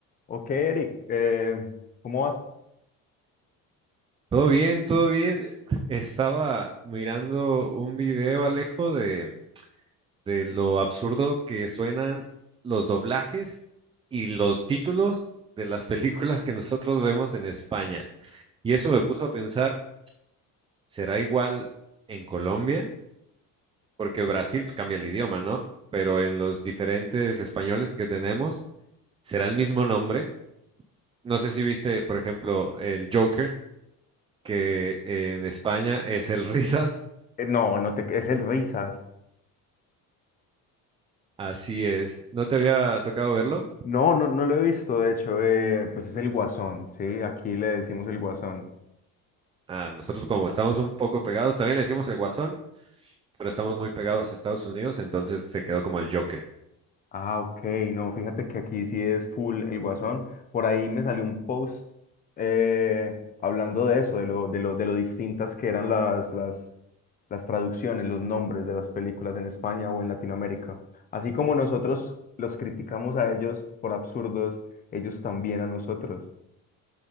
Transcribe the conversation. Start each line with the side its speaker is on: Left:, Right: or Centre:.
Left: Ok, Eric, eh, ¿cómo vas?
Right: Todo bien, todo bien. Estaba mirando un video, Alejo, de, de lo absurdo que suenan los doblajes y los títulos de las <laughs> películas que nosotros vemos en España. Y eso me puso a pensar, ¿será igual en Colombia? Porque Brasil pues, cambia el idioma, ¿no? Pero en los diferentes españoles que tenemos, ¿será el mismo nombre? No sé si viste, por ejemplo, el Joker, que en España es el <laughs> Risas
Left: Eh, no, no te, es el Risas.
Right: Así es. ¿No te había tocado verlo?
Left: No, no, no lo he visto, de hecho, eh, pues es el Guasón, ¿sí? Aquí le decimos el Guasón.
Right: Ah, nosotros como estamos un poco pegados, también le decimos el Guasón, pero estamos muy pegados a Estados Unidos, entonces se quedó como el Joker.
Left: Ah, ok, no, fíjate que aquí sí es full el Guasón. Por ahí me salió un post eh, hablando de eso, de lo, de lo, de lo distintas que eran las, las, las traducciones, los nombres de las películas en España o en Latinoamérica. Así como nosotros los criticamos a ellos por absurdos, ellos también a nosotros.